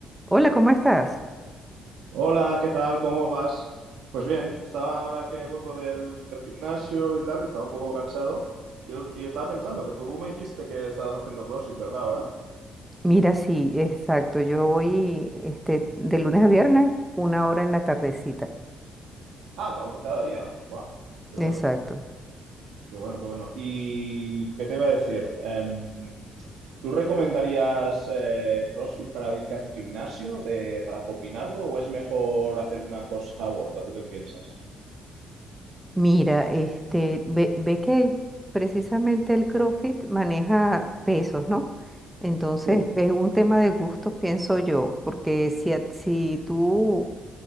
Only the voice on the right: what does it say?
Hola, ¿qué tal? ¿Cómo vas? Pues bien, estaba ahora que he vuelto del, del gimnasio y tal, que estaba un poco cansado, y, yo- y estaba pensando que tú me dijiste que estabas haciendo CrossFit, ¿verdad? Ahora.
Ah, ca- pues cada día. Buah, qué
bueno, qué bueno, qué bueno. ¿Y qué te iba a decir? Em, ¿tú recomendarías eh, CrossFit para alguien que hace gimnasio, de, para combinarlo, o es mejor hacer una cosa u otra? ¿Tú qué piensas?
Sí,